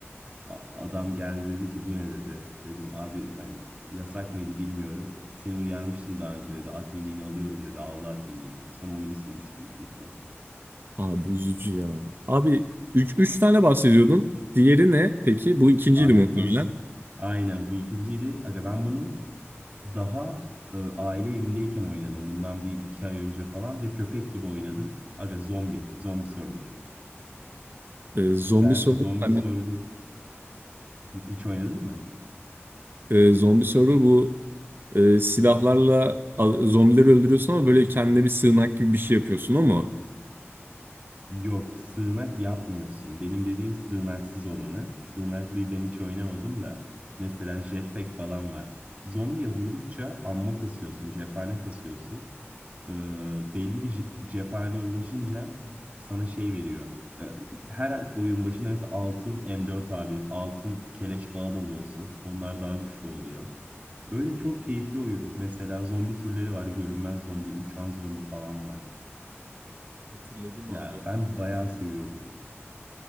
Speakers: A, on the right; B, on the right.
A: A- Adam geldi dedi ki bu ne dedi. Dedim abi hani yasak mıydı bilmiyorum. Seni uyarmıştım daha önce dedi. Adminliğini alıyorum dedi. Aldı adminliğimi. Sonra oyunu silmiştim üzüntüden.
B: Abi üzücü ya. Abi üç 3
A: A-
B: tane bahsediyordun. Diğeri ne peki? Bu ikinciydi
A: Abi
B: muhtemelen.
A: haz aynen bu ikinciydi. Aga ben bunu daha e, aile evindeyken oynadım. Bundan bir iki ay önce falan ve köpek gibi oynadım. Aga zombi. Zombi server.
B: Ee, zombi
A: Ben
B: soru.
A: zombi
B: Hani
A: server hiç oynadın mı?
B: e, zombi soru bu e, silahlarla a- zombileri öldürüyorsun ama böyle kendine bir sığınak gibi bir şey yapıyorsun ama
A: Yok, sığınak yapmıyorsun. Benim dediğim sığınaksız olanı. Sığınaklıyı ben hiç oynamadım da. Mesela jetpack falan var. Zombiye vurdukça amma kasıyorsun, cephane kasıyorsun. Ee, belli bir je- cephaneye ulaşınca sana şey veriyor. Ee, her oyun başında mesela altın M4 A1, altın keleş falan alıyorsun. Onlar daha güçlü oluyor. Öyle çok keyifli oyun. Mesela zombi türleri var. Görünmez zombi, uçan zombi falan var.
B: hatırladım
A: Ya
B: abi.
A: ben bayağı seviyordum.